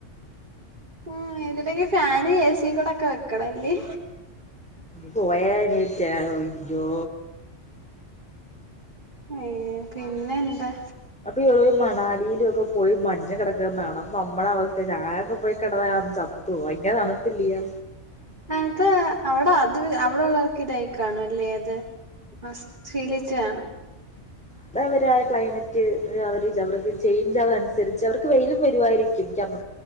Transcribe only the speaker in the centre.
പോയേണേറ്റെ ജോ
അപ്പൊ രോ മണാലീലൊക്കെ പോയി മഞ്ഞ് കെടക്ക്ണ് കാണം. അപ്പമ്മടെ അവസ്ഥ ഞാനൊക്കെ പോയി കെടന്ന ഞാ ചത്തു പോകും. ഭയങ്കര തണുപ്പില്ല്യ.
അതവര് ആ ക്ലൈമറ്റ് അവര് അവട്ക്ക് ചേയ്ഞ്ചാവാണ് സരിച്ച് അവർക്ക് വെയിലും വരുവായിരിക്കും. നമ്മ